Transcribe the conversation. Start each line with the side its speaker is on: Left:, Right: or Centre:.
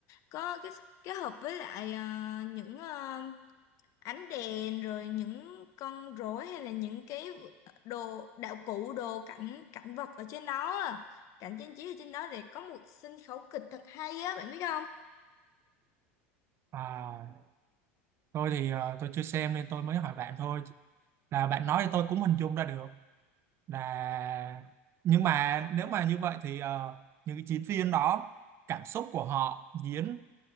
Left: có cái kết hợp với lại ờ, những ờ, ánh đèn rồi những con rối hay là những cái đồ đạo cụ đồ cảnh cảnh vật ở trên đó á, cảnh trang trí ở trên đó để có một sân khấu kịch thật hay á bạn biết không
Right: à, tôi thì ờ, tôi chưa xem nên tôi mới hỏi bạn thôi là bạn nói thì tôi cũng hình dung ra được là nhưng mà nếu mà như vậy thì ờ, những cái diễn viên đó cảm xúc của họ diễn